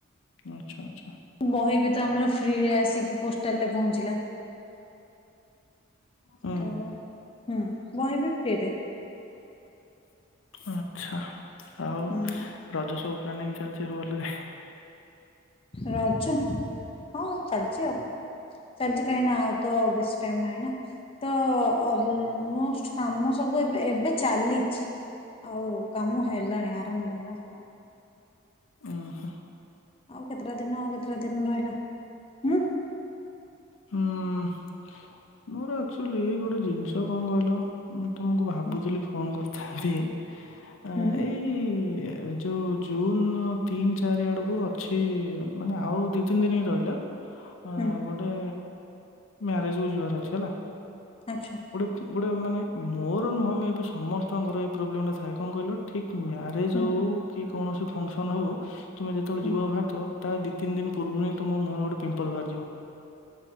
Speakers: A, on the left; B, on the left.
A: ଆଛା ଆଚ୍ଛା
B: ବହି ବି ତ ଆମର ଫ୍ରିରେ ଆସିକି ପୋଷ୍ଟାଲ ରେ ପହଞ୍ଚିଲା
A: ହୁଁ
B: ତ ହୁଁ ବହି ବିି ଫ୍ରିରେ
A: ଆଚ୍ଛା ଆଉ
B: ହୁଁ
A: ରଜ ସବୁ ପ୍ଲାନିଂ ଚାଲଛି ହବ
B: ରଜ ହଁ ଚାଲିଛି ଆଉ ସଜି କାହିଁ ନା ଆଉ ତ ବେଶୀ ଟାଇ ନହିଁ ନା ତ କାମ ସବୁ ଏବେ ଏବେ ଚାଲିଛି ଆଉ କାମ ହେଲାଣି ଆରମ୍ଭ ହେଲା
A: ଓହୋ
B: ଆଉ କେତେଟା ଦିନ ଆଉ କେତେଟା ଦିନ ରହିଲା ହୁଁ
A: ହୁଁ ମୋର ଆକ୍ଚୁଲି ଗୋଟେ ଜିନିଷ କଣ କହିଲ ତ ମୁଁକୁ ଭାବୁଥିଲି
B: ହୁଁ
A: ଫୋନ କରିଥିଲ ତାଦେ ଅ
B: ହୁଁ
A: ଏଇ ଏ ଯଉ ଜୁନ ତିନି ଚାରି ଆଡ଼କୁ ଅଛି ମାନେ ଆଉ ଦି ତିନି ଦିନ ହିଁ ରହିଲା ଅ
B: ହୁଁ
A: ଗୋଟେ ମ୍ୟାରେଜ ବ ଯିବାର ଅଛି ହେଲା
B: ଆଚ୍ଛା
A: ଗୋଟେ ଗୋଟେ ମାନେ ମୋର ନୁହଁମେ ଏବେ ସମସ୍ତଙ୍କର ଏଇ ପ୍ରୋବ୍ଲେମ୍ଟା ଥାଏ କଣ କହିଲ ଠିକ୍ ମ୍ୟାରଜ
B: ହୁଁ
A: ହଉ କି କୌଣସି ଫଙ୍କସନ ହଉ ତୁମେ ଯେତବେଳେ
B: ହୁଁ
A: ଯିବା ବାହାରଥିବ ତା ଦି ତିନି ଦିନ ପୂର୍ବରୁ ହିଁ ତମ ମୁହଁରେ ଗୋଟେ ପିମ୍ପଲ ବାହାରିଯିବ